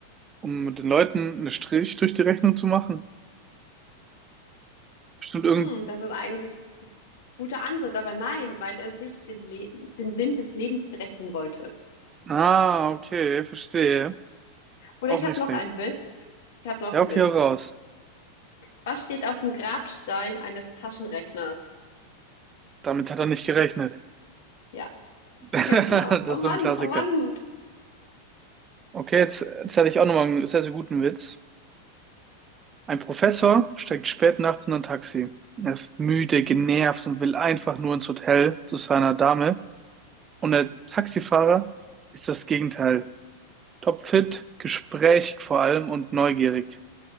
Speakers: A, on the right; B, on the left.
A: um den Leuten einen Strich durch die Rechnung zu machen. Bestimmt irgend.
B: hm, das ist eigentlich ein guter Ansatz, aber nein, weil er sich den, Le den Sinn des Lebens berechnen wollte.
A: Ah, okay, verstehe.
B: Oder
A: Auch
B: ich
A: nicht
B: habe noch
A: schlecht.
B: einen Witz. Ich habe noch
A: Ja,
B: einen
A: okay,
B: Witz.
A: hau raus.
B: Was steht auf dem Grabstein eines Taschenrechners?
A: Damit hat er nicht gerechnet.
B: Ja,
A: <laughs> Das
B: du kennst ihn auch. Oh
A: ist
B: Mann,
A: so ein Klassiker.
B: oh Mann.
A: Okay, jetzt erzähle ich auch nochmal einen sehr, sehr guten Witz. Ein Professor steigt spät nachts in ein Taxi. Er ist müde, genervt und will einfach nur ins Hotel zu seiner Dame. Und der Taxifahrer ist das Gegenteil. Topfit, gesprächig vor allem und neugierig.